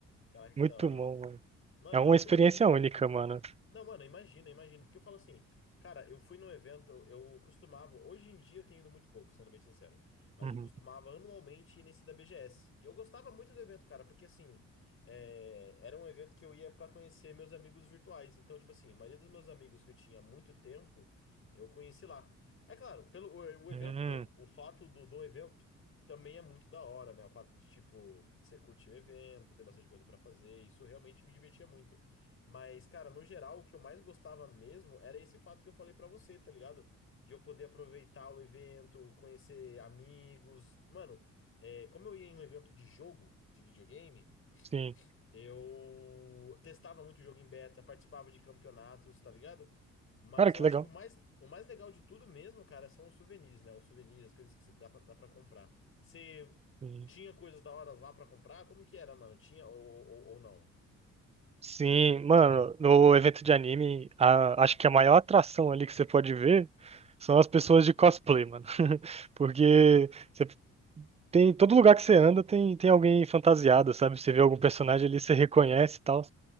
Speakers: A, on the left (about 45°); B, on the right (about 20°).
A: Caraca,
B: Muito
A: que da hora,
B: bom,
A: mano.
B: mano.
A: Mano,
B: É uma
A: muito
B: experiência
A: louco, cara.
B: única, mano.
A: Não, mano, imagina, imagina. Porque eu falo assim, cara, eu fui num evento, eu costumava. Hoje em dia eu tenho ido muito pouco, sendo bem sincero. Mas
B: Uhum.
A: eu costumava anualmente ir nesse da BGS. E eu gostava muito do evento, cara, porque assim, é, era um evento que eu ia pra conhecer meus amigos virtuais. Então, tipo assim, a maioria dos meus amigos que eu tinha há muito tempo, eu conheci lá. É claro, pelo o, o evento,
B: Hum,
A: o fato do, do evento também é muito da hora, né? O fato de, tipo, você curtir o evento, ter bastante coisa pra fazer, isso realmente me divertia muito. Mas, cara, no geral, o que eu mais gostava mesmo era esse fato que eu falei pra você, tá ligado? De eu poder aproveitar o evento, conhecer amigos. Mano, é, como eu ia em um evento de jogo, de videogame,
B: sim.
A: eu testava muito jogo em beta, participava de campeonatos, tá ligado? Mas
B: Cara,
A: eu
B: que
A: acho
B: legal.
A: que o mais, o mais legal de tudo mesmo, cara, são os souvenirs, né? Os souvenirs, as coisas que você dá pra, dá pra comprar. Você
B: Sim,
A: tinha coisas da hora lá pra comprar? Como que era, mano? Tinha ou, ou, ou não?
B: Sim, mano. No evento de anime, a- acho que a maior atração ali que você pode ver são as pessoas de cosplay, mano. <laughs> Porque. você Tem todo lugar que você anda tem, tem alguém fantasiado, sabe? Você vê algum personagem ali, você reconhece e tal.